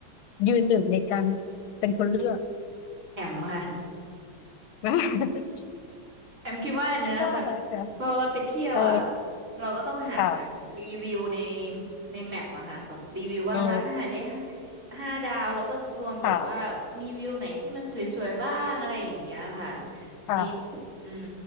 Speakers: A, on the left; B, on the right.
A: ยืนหนึ่งในการเป็นคนเลือก
B: แอมค่ะ
A: <laughs>
B: แอมคิดว่าแอมเนี่ยแบบ
A: ว่าอะไหมคะ
B: พอไปเที่ยวอ่ะ
A: เออ
B: เราก็ต้องหาแบบรีวิวใน
A: ค่ะ
B: ในแมปอะค่ะแบบรีวิวว่าร้านอาหารได้ห้า
A: อ๋อ
B: ห้าดาวแล้วก็รวมกับว่ามีวิวไหนที่มันสวยๆบ้างอะไรอย่างเงี้ยค่ะ
A: ค่ะค่ะ
B: ดีอืม